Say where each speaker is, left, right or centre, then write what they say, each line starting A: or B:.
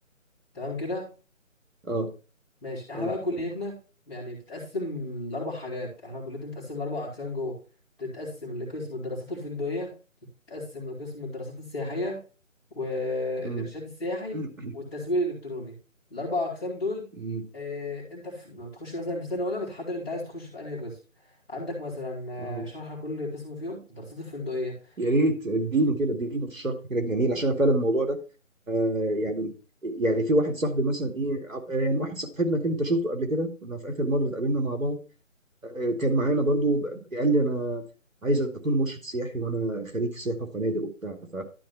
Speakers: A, in the centre; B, on the right.
A: تمام كده
B: اه
A: ماشي احنا
B: اه
A: بقى كليتنا يعني بتتقسم لاربع حاجات احنا كليتنا بتتقسم لاربع اقسام جوه بتتقسم لقسم الدراسات الفندقيه بتتقسم لقسم الدراسات السياحيه والارشاد
B: امم
A: السياحي
B: امم
A: والتسويق الالكتروني الاربع اقسام دول
B: إمم،
A: اه انت في... لما بتخش مثلا في سنه اولى بتحدد انت عايز تخش في انهي قسم عندك مثلا آه،
B: آه.
A: شرح كل قسم فيهم الدراسات الفندقيه
B: يا ريت اديني كده اديني في الشرح كده الجميل عشان أنا فعلا الموضوع ده آه يعني يعني في واحد صاحبي مثلا ايه عب- آه، يعني واحد صاحبنا كنت انت شفته قبل كده كنا في اخر مره اتقابلنا مع بعض آه كان معانا برضو ب- قال لي انا عايز اكون مرشد سياحي وانا خريج سياحه وفنادق وبتاع ف...